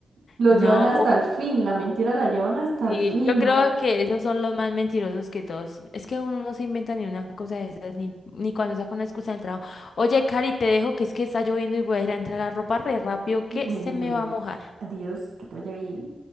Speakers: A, on the right; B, on the left.
A: lo
B: No,
A: llevan hasta
B: o-
A: el fin, la mentira la llevan hasta
B: sí,
A: el fin,
B: yo creo
A: ¿no?
B: que esos son los más mentirosos que todos. Es que uno no se inventa ni una cosa de esas, ni, ni cuando saca una excusa del trabajo. Oye, Cari, te dejo que es que está lloviendo y voy a ir a entrar la ropa re rápido
A: Bueno,
B: que se me
A: bueno,
B: va a
A: bueno.
B: mojar.
A: Adiós, que te vaya bien.